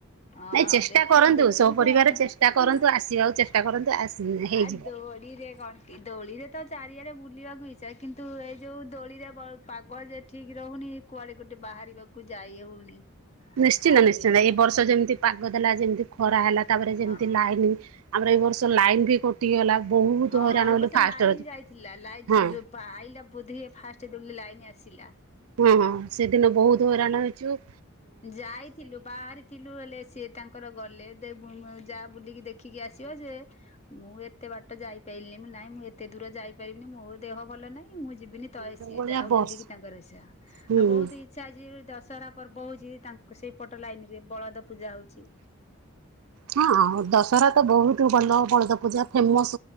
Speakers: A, on the left; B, on the right.
A: ହଁ
B: ନାଇଁ ଚେଷ୍ଟା
A: ଦେଖିବା
B: କରନ୍ତୁ
A: ଦୋଳିଟା
B: ସ ପରିବାର ଚେଷ୍ଟା କରନ୍ତୁ ଆସିବାକୁ ଚେଷ୍ଟା କରନ୍ତୁ। ଆସି ହେଇଯିବ।
A: ଆ ଦୋଳିରେ କଣ ଦୋଳିରେ ତ ଚାରିଆଡେ ବୁଲିବାକୁ ଇଚ୍ଛା କିନ୍ତୁ ଏଇ ଯୋଉ ଦୋଳିରେ ବ ପାଗ ଜେ ଠିକ ରହୁନି। କୁଆଡେ ଗୋଟେ ବାହାରିବାକୁ ଯାଇ ହଉନି।
B: ନିଶ୍ଚିନ୍ତ
A: ଆଉ
B: ନିଶ୍ଚିନ୍ତ
A: ଏମତି
B: ଏ ବର୍ଷ ଯେମିତି ପାଗ ଦେଲା, ଯେମିତି ଖରା ହେଲା ତାପରେ
A: ହଁ
B: ଯେମିତି ଲାଇନ ଆମର ଏଇ ବର୍ଷ ଲାଇନ ବି କଟିଗଲା। ବହୁତ
A: ହଁ
B: ହଇରାଣ
A: ଏବେ
B: ହେଲୁ
A: ସେ
B: ଫାଷ୍ଟ
A: ଲାଇନ
B: ରଜରେ
A: ଯାଇଥିଲା ଲାଇଟ
B: ହଁ।
A: ଯୋଉ ଆଇଲା ବୋଧି ଫାଷ୍ଟ ଦିନ ଲାଇନ ଆସିଲା଼।
B: ହଁ ହଁ ସେଦିନ ବହୁତ ହଇରାଣ ହେଇଚୁ।
A: ଯାଇଥିଲୁ ବାହାରି ଥିଲୁ ହେଲେ ସିଏ ତାଙ୍କର ଗଲେ। ଦେବୁ ଯା ବୁଲିକି ଦେଖିକି ଆସିବ ଯେ ମୁଁ ଏତେ ବାଟ ଯାଇପାରିଲିନି ମୁଁ ନାଇଁ ମୁଁ ଏତେ ଦୂର ଯାଇପାରିବିନି ମୋ ଦେହ ଭଲ ନାହିଁ ମୁଁ ଯିବିନି ତ
B: ଯୋଉ
A: ସିଏ
B: ଭଳିଆ
A: ଯାଉ
B: ବର୍ଷ
A: ବୁଲିକି ତାଙ୍କର ଇଆ ଆଉ
B: ହୁଁ
A: ବହୁତ ଇଚ୍ଛା ଅଛି ଦଶହରା ପର୍ବ ହଉ ଯେ ତାଙ୍କ ସେଇ ପଟ ଲାଇନ ରେ ବଳଦ ପୂଜା ହଉଚି।
B: ହଁଉ ଦଶହରା ତ ବହୁତ ଭଲ ବଳଦ ପୂଜା ଫେମସ‌‌।